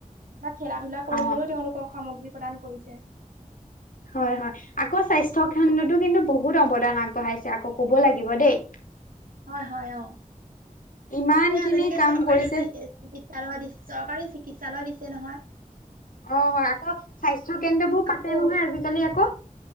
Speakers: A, on the right; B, on the left.
A: বা খেলা ধূলা কৰিবলৈও
B: অ
A: তেওঁলোকক সামগ্ৰী প্ৰদান কৰিছে।
B: হয় হয়। আকৌ স্বাস্থ্যখণ্ডটো কিন্তু বহুত অৱদান আগবঢ়াইছে আকৌ ক'ব লাগিব দেই।
A: হয় হয় অ'।
B: ইমান
A: সেয়া
B: খিনি
A: তেনেকে
B: কাম
A: চৰকাৰী
B: কৰিছে
A: টি এ চালয় দি চৰকাৰী চিকিৎসালয় দিছে নহয়।
B: অ' হয়। আকৌ স্বাস্থ্য কেন্দ্ৰবোৰ
A: আকৌ
B: পাতে নহয় আজিকালি আকৌ।